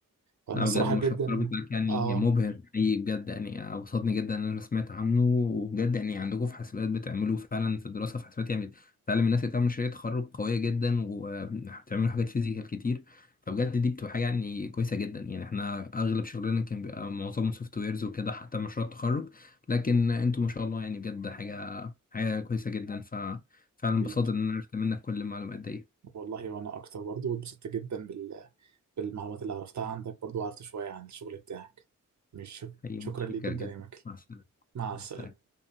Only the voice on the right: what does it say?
فانا
الصراحه
جدا
اه
حبيبي
والله وانا اكتر برضو واتبسطت جدا بال... بالمعلومات اللي عرفتها عندك برضو عرفت شويه عن الشغل بتاعك مش شك...
شكرا
ليك جدا
يا مكل
مع
السلامه